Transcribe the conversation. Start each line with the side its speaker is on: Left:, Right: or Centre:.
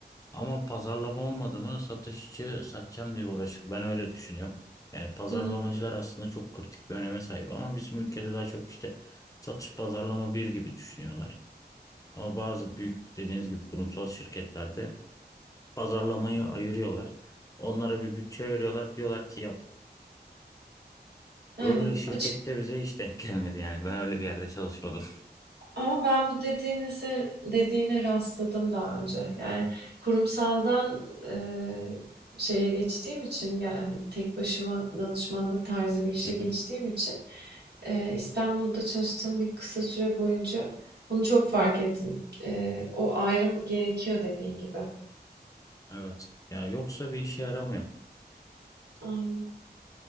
Left: Ama pazarlama olmadı mı satışçı satacağım diye uğraşır. Ben öyle düşünüyorum. Yani pazarlamacılar
Right: Hı hı,
Left: aslında çok kritik bir öneme sahip ama bizim ülkede daha çok işte satış pazarlama bir gibi düşünüyorlar. Ama bazı büyük dediğiniz gibi kurumsal şirketlerde pazarlamayı ayırıyorlar. Onlara bir bütçe veriyorlar. Diyorlar ki yap.
Right: aynen.
Left: Öyle şirkette
Right: Açık
Left: bize hiç denk gelmedi yani. Ben öyle bir yerde çalışmadım.
Right: Ama ben bu dediğinize dediğine rastladım daha önce. Yani kurumsaldan eee, şeye geçtiğim için yani tek başıma danışmanlık tarzı bir işe
Left: <laughs>
Right: geçtiğim için eee, İstanbul'da çalıştığım bir kısa süre boyunca bunu çok fark ettim. Eee, o ayrım gerekiyor dediğin gibi.
Left: Evet. Ya yoksa bir işe yaramıyor.
Right: Aynen.